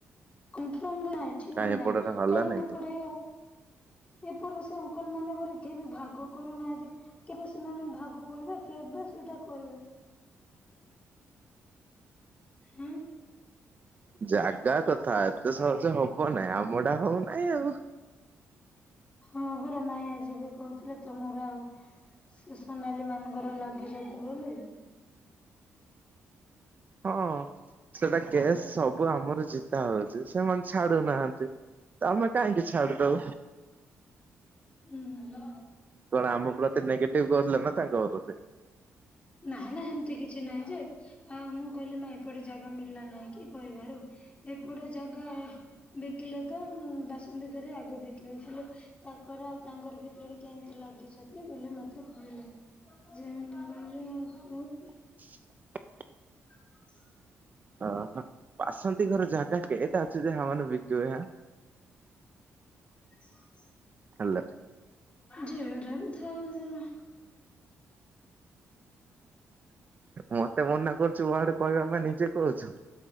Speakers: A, on the left (about 25°); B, on the right (about 35°).
A: କନଫର୍ମ ନାହିଁ ଠିକ୍
B: କାଇଁ
A: ନାହିଁ
B: ଏପଟରେ ହଲା
A: କାହିଁକି
B: ନାଇଁ
A: ଏପଟେ।
B: କି?
A: ଏପଟେ ସେ ଅଙ୍କଲ ମାନେ ପରେ କେହି ବି ଭାଗ କରୁନାହାନ୍ତି କେବେ ସେମାନେ ଭାଗ କରିବେ। କେବେ ସେଟା କରିବେ। ହୁଁ।
B: ଜାଗା କଥା ଏତେ ସହଜ ହବ ନାହିଁ ଆମ ଟା ହଉନାହିଁ ଆଉ।
A: ହଁ ପରା ମାଇଁ ଆଜି ବି କହୁଥିଲେ ତୁମର ଆଉ। ସେ ସୋନାଲି ମାନଙ୍କର ଲାଗିଛନ୍ତି ବୋଲି।
B: ହଁ ସେଟା କେସ୍ ସବୁ ଆମର ଜିତା ହଉଛି ସେମାନେ ଛାଡୁନାହାନ୍ତି। ତମେ କାହିଁକି ଛାଡିଦବୁ?
A: <inaudible> ହୁଁ
B: କଣ ଆମ ପ୍ରତି ନେଗେଟିଭ କରିଥିଲେ ନା ତାଙ୍କ ପ୍ରତି।
A: ନାହିଁ ନା ସେମିତି କିଛି ନାହିଁ ଯେ। ଆଉ ମୁଁ କହିଲି ମା ଏପଟେ ଜାଗା ମିଳିଲା ନାଇଁ କି କହିବାରୁ। ଏପଟେ ଜାଗା ବିକିଲେ ତ ବାସନ୍ତୀ ଘରେ ଆଗ ବି ବିକିଦେଇ ଥିଲେ ତାଙ୍କର ଆଉ ତାଙ୍କର ଭିତରେ କେମିତି ଲାଗିଛନ୍ତି ବୋଲି ମତେ କହିଲେ ଯେ <unintelligible>
B: <inaudible>
A: ହ
B: ଓହୋ ବାସନ୍ତି ଘର ଜାଗା କେଇଟା ଅଛି ଯେ ସେମାନେ ବିକିବେ।
A: ହଁ
B: ହେଲା।
A: ଯେ ଏଟା ବିଧିର ବିଧାନ।
B: ମତେ ମନା କରୁଛୁ ମୋ ଆଡେ କହିବା ପାଇଁ ନିଜେ କହୁଛୁ।